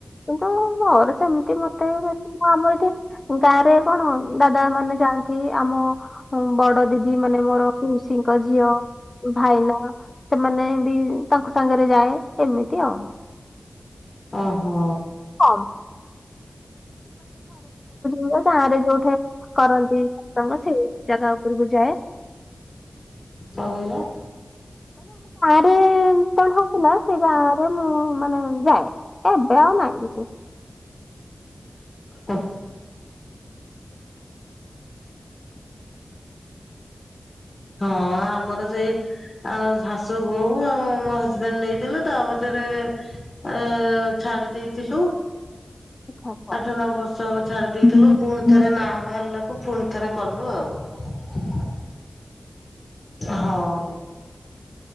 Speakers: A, on the left; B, on the left.
A: କିନ୍ତୁ ସେମିତି ମତେ ବି ବ ମୁ ଆମର ଏଠି ଗାଁ ରେ କଣ ଦାଦା ମାନେ ଯାଆନ୍ତି ଆମ ବଡ ଦିଦି ମାନେ ମୋର ପିଉସୀ ଙ୍କ ଝିଅ ଭାଇନା ସେମାନେ ବି ତାଙ୍କ ସାଙ୍ଗରେ ଯାଏ ଏମିତି ଆଉ।
B: ଓହୋ।
A: ହଁ। ହୁଏ ଗାଁ ରେ ଯୋଉଠି କରନ୍ତି ସତ୍ସଙ୍ଗ ସେଇ ଜାଗା ଉପରକୁ ଯାଏ।
B: କଣ କହିଲ?
A: ହଁ କଣ ହୋଉଥିଲା ସେଇ ଗାଁରେ ମୁଁ ମାନେ ଯାଏ। ଏବେ ଆଉ ନାଇଁ କିଛି।
B: କଅ ହଁ ଆମର ସେଇ ଆଉ ଶାଶୁ ବୋହୂ ଆଉ ମୋ ହଜବେଣ୍ଡ ନେଇଥିଲେ ତାପଛରେ ଏ ଏ ଛାଡି ଦେଇଥିଲୁ
A: <inaudible> ଫିଠା।
B: ଆଠ ନଅ ବର୍ଷ ହବ। ଛାଡି ଦେଇଥିଲୁ
A: ହୁଁ
B: ପୁଣି
A: ହୁଁ।
B: ଥରେ ନାଁ ବାହାରିଲାକୁ ଫୁଣି ଥରେ କଲୁ ଆଉ। ହଉ।